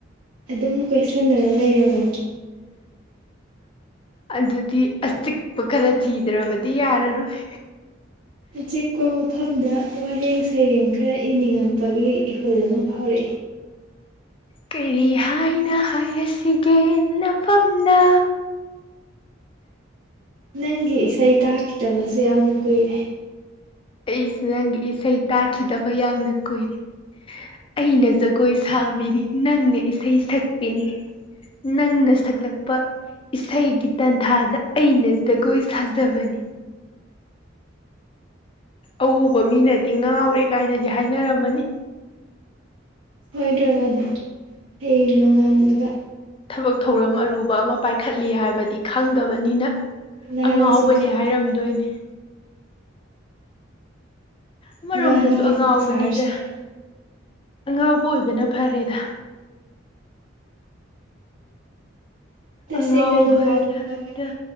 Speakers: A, on the right; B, on the left.
A: ꯑꯗꯨꯝ ꯀꯣꯏꯁꯟꯗꯅ ꯂꯩꯔꯕꯅꯤ
B: ꯑꯗꯨꯗꯤ ꯑꯆꯤꯛꯄ ꯈꯔ ꯊꯤꯗ꯭ꯔꯕꯗꯤ ꯌꯥꯔꯔꯣꯏ
A: ꯑꯆꯤꯛꯄ ꯃꯐꯝꯗ ꯋꯥꯔꯦꯡ ꯁꯩꯔꯦꯡ ꯈꯔ ꯏꯅꯤꯡꯉꯛꯄꯒꯤ ꯏꯍꯨꯜ ꯑꯃ ꯐꯥꯎꯔꯛꯏ
B: ꯀꯔꯤ ꯍꯥꯏꯅ ꯍꯥꯏꯔꯁꯤꯒꯦ ꯅꯐꯝꯗ
A: ꯅꯪꯒꯤ ꯏꯁꯩ ꯇꯥꯈꯤꯗꯕꯁꯨ ꯌꯥꯝꯅ ꯀꯨꯏꯔꯦ
B: ꯑꯩꯁꯨ ꯅꯪꯒꯤ ꯏꯁꯩ ꯇꯥꯈꯤꯗꯕ ꯌꯥꯝꯅ ꯀꯨꯏꯔꯦ ꯑꯩꯅ ꯖꯒꯣꯏ ꯁꯥꯕꯤꯅꯤ ꯅꯪꯅ ꯏꯁꯩ ꯁꯛꯄꯤꯅꯤ ꯅꯪꯅ ꯁꯛꯂꯛꯄ ꯏꯁꯩꯒꯤ ꯇꯟꯊꯥꯗ ꯑꯩꯅ ꯖꯒꯣꯏ ꯁꯥꯖꯕꯅꯤ ꯑꯎꯕ ꯃꯤꯅꯗꯤ ꯉꯥꯎꯔꯦ ꯀꯥꯏꯅꯗꯤ ꯍꯥꯏꯅꯔꯝꯃꯅꯤ
A: ꯁꯣꯏꯗ꯭ꯔꯕꯅꯤ ꯍꯌꯦꯡ ꯅꯣꯡꯉꯥꯟꯕꯒ
B: ꯊꯕꯛ ꯊꯧꯔꯝ ꯑꯔꯨꯕ ꯑꯃ ꯄꯥꯏꯈꯠꯂꯤ ꯍꯥꯏꯕꯗꯤ ꯈꯪꯗꯕꯅꯤꯅ
A: ꯀꯅꯥꯅꯁꯨ
B: ꯑꯉꯥꯎꯕꯅꯦ
A: ꯈꯪꯗꯕ
B: ꯍꯥꯏꯔꯝꯗꯣꯏꯅꯦ ꯑꯃꯔꯣꯝꯗꯁꯨ
A: ꯏꯕꯥꯅꯤꯒꯤ
B: ꯑꯉꯥꯎꯕꯅꯤꯗ
A: ꯁꯪꯁꯥꯔꯁꯤꯗ
B: ꯑꯉꯥꯎꯕ ꯑꯣꯏꯕꯅ ꯐꯔꯦꯗ
A: ꯇꯁꯦꯡꯅꯗꯨꯝ
B: ꯑꯉꯥꯎꯕ
A: ꯉꯥꯎꯅꯤꯡꯉꯕꯅꯤ
B: ꯂꯛꯇ